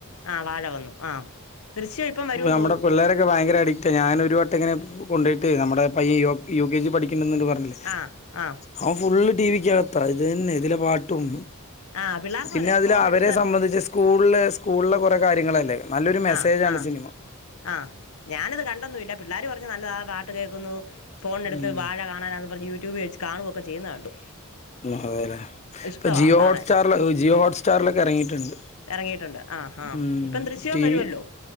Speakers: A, on the left; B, on the left.
A: ആഹ് വാഴ വന്നു ആമ് ദൃശ്യം എപ്പം വരും
B: നമ്മടെ പിള്ള ക്കെ ഭയങ്കര അഡിക്റ്റാ ഞാനൊരു വട്ടം ഇങ്ങനെ കൊണ്ടുപോയിട്ട് നമ്മടെ പയ്യൻ യു കെ ജി പഠിക്കണ <unintelligible> പറഞ്ഞില്ലേ
A: ആഹ് ആഹ്
B: അവൻ ഫുള്ള് ടിവിക്കത്താ ഇത് തന്നെ ഇതിലെ പാട്ടും
A: ആ പിള്ളേർക്കും
B: പിന്നെ
A: അതെ
B: അതില്
A: ഫോണെടുത്ത്
B: അവരെ സംബന്ധിച്ച് സ്കൂളില് സ്കൂളിലെ കൊറെ കാര്യങ്ങളല്ലേ നല്ലൊരു മെസ്സേജാണ്
A: ആഹ് ആഹ്
B: സിനിമ
A: ആഹ് ഞാനത് കണ്ടൊന്നു ഇല്ല പിള്ളര് പറഞ്ഞ് നല്ലതാ പാട്ട് കേക്കുന്നു ഫോൺ എടുത്ത്
B: ഉം
A: വാഴ കാണാനാന്ന് പറഞ്ഞ് യൂട്യൂബിൽ വെച്ച് കാണുവോക്കെ ചെയ്യുന്ന കണ്ടു.
B: അതെ അല്ലേ
A: ഇഷ്ടവാ
B: ഇപ്പൊ ജിയോ
A: കാണാൻ
B: ഹോട്ട് സ്റ്റാറില് ജിയോ ഹോട്ട്സ്റ്റാറിലൊക്കെ എറങ്ങിട്ട്ണ്ട്
A: ഇറങ്ങിയിട്ടുണ്ട് ആ ആ
B: ഉം
A: ഇപ്പം ദൃശ്യവും
B: ടി
A: വരുമല്ലോ
B: വി